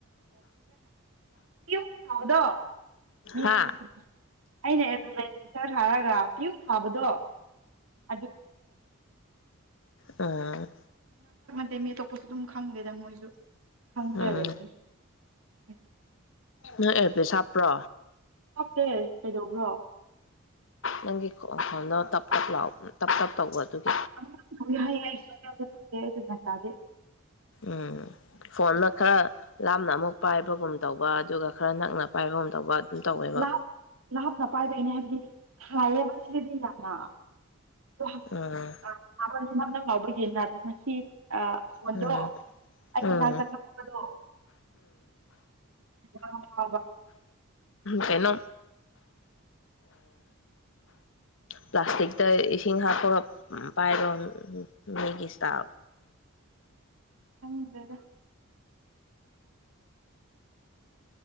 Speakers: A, on the right; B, on the left.
A: <unintelligible> ꯗꯣ ꯃꯤ
B: ꯍꯥ
A: ꯂꯩ ꯑꯅꯦ <unintelligible> ꯈꯔ ꯊꯔꯒ ꯄꯤꯌꯨ ꯊꯥꯕꯗꯣ ꯑꯗꯨ
B: ꯑ
A: ꯑꯦ ꯃꯤ ꯑꯇꯣꯞꯄꯁꯨ ꯑꯗꯨꯝ ꯈꯪꯗꯦꯗ ꯃꯣꯏꯁꯨ ꯈꯪꯗ꯭ꯔ
B: ꯎꯝ
A: ꯂꯩꯗꯅꯦ ꯎꯝ
B: ꯅꯣꯏ ꯑꯦꯐꯦ ꯁꯥꯞꯄ꯭ꯔꯣ
A: ꯍꯥꯞꯇꯦ ꯀꯩꯗꯧꯕ꯭ꯔꯣ
B: ꯅꯪꯒꯤ ꯈꯗꯣ ꯇꯞ ꯇꯞ ꯂꯥꯎ ꯇꯞ ꯇꯞ ꯇꯧꯕꯗꯨꯒꯤ
A: ꯑꯗꯨꯏ <unintelligible> ꯇꯥꯗꯦ
B: ꯎꯝ ꯐꯣꯟꯅ ꯈꯔ ꯂꯥꯞꯅ ꯑꯃꯨꯛ ꯄꯥꯏꯕꯒꯨꯝ ꯇꯧꯕ ꯑꯗꯨꯒ ꯈꯔ ꯅꯛꯅ ꯄꯥꯏꯕ ꯉ ꯇꯧꯕ ꯑꯗꯨꯝ ꯇꯧꯋꯦꯕ
A: ꯂꯥꯞ ꯂꯥꯞꯅ ꯄꯥꯏꯕꯒꯤꯅꯦ ꯍꯥꯏꯕꯗꯤ ꯊꯥꯏꯌꯦꯕ ꯁꯤꯗꯗꯤ ꯌꯥꯝꯅ ꯕ
B: ꯎꯝ
A: <unintelligible> ꯅꯝꯅ ꯂꯥꯎꯕꯒꯤꯟꯅ ꯉꯁꯤ ꯑ ꯐꯣꯟꯗꯣ
B: ꯎꯝ
A: ꯑꯩꯒꯤ
B: ꯎꯝ
A: ꯅꯥꯛꯇ ꯅꯧꯕꯗꯣ ꯑ ꯍ ꯋꯥ <unintelligible>
B: ꯀꯩꯅꯣ ꯄ꯭ꯂꯥꯁꯇꯤꯛꯇ ꯏꯁꯤꯡ ꯍꯥꯞꯄꯒ ꯄꯥꯏꯔꯣꯟ ꯃꯤꯒꯤꯁ ꯏꯁꯇꯥꯥꯎ
A: ꯍꯗ꯭ꯔꯦꯗ